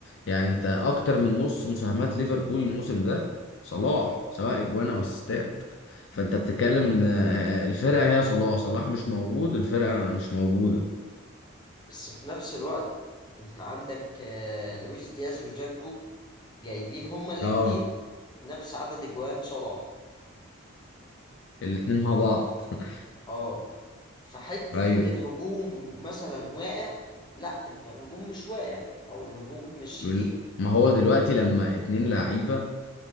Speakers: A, on the left; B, on the left.
A: يعني انت اكتر من نص مساهمات ليفربول الموسم ده صلاح سواء اجوان او اسيستات فانت بتتكلم ان آه، الفرقه هي صلاح صلاح مش موجود الفرقه مش موجوده
B: بس في نفس الوقت انت عندك آه، لويس دياز وجاكبو جايبين هما الاتنين
A: اه
B: نفس عدد اجوان صلاح
A: الاتنين مع بعض <laughs>
B: اه فحتة
A: ايوه
B: ان الهجوم مثلا واقع لا انت الهجوم مش واقع او الهجوم مش
A: بال-
B: ايه
A: ما هو دلوقتي لما اتنين لعيبه